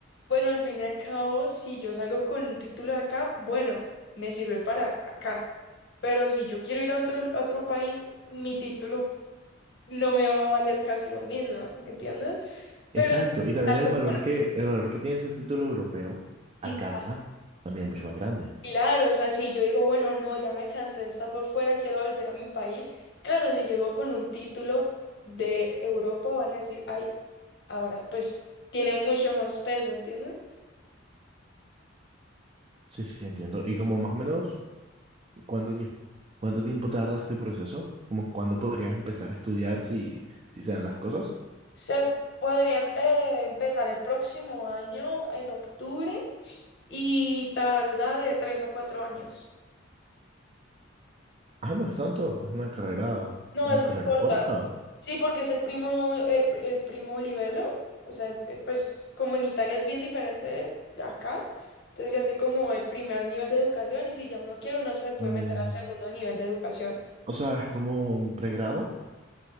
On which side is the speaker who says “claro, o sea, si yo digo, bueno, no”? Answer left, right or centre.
Left